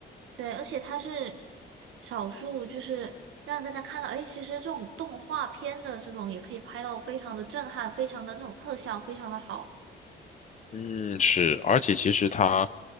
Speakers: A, on the right; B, on the left.
A: 对，而且它是少数，就是让大家看到，哎，其实这种动画片的这种也可以拍到非常的震撼，非常的这种特效非常的好。
B: 嗯，是，而且其实它